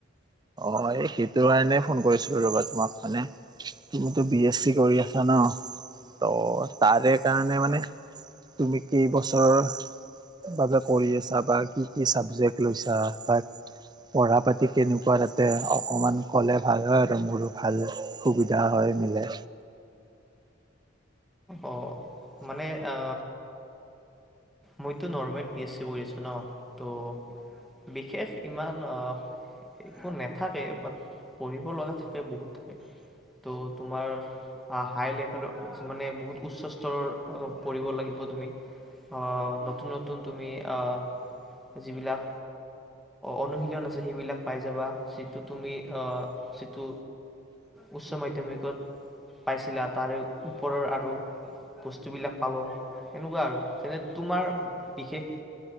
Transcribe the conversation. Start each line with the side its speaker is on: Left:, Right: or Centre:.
Right: অ' এই সেইটো কাৰণে ফোন কৰিছিলোঁ ৰ'বা। তোমাক মানে, তুমিতো বি এছ চি কৰি আছা ন, তহ' তাৰে কাৰণে মানে তুমি কেইবছৰৰ বাবে কৰি আছা বা কি-কি চাবজেক্ট লৈছা? বা পঢ়া পাতি কেনেকুৱা? তা অকণমান ক'লে ভাল হয় আৰু মোৰো ভাল সুবিধা হয় মিলে।
Centre: অ' মানে এ মইতো নৰ্মেল বি এছ চি কৰি আছো ন, তহ বিশেষ ইমান একো নেথাকে, বাত পঢ়িব লগা থাকে বহুত থাকে, তহ তোমাৰ হাই লেভেল মানে বহুত উচ্চস্তৰৰ পঢ়িব লাগিব তুমি, আহ নতুন-নতুন তুমি অ' যিবিলাক অনুশীলন আছে সেইবিলাক পাই যাবা। যিটো তুমি অ' যিটো উচ্চমাধ্যমিকত পাইছিলা তাৰে ওপৰৰ আৰু বস্তুবিলাক পাব সেনেকুৱা আৰু যেনে তোমাৰ বিশেষ,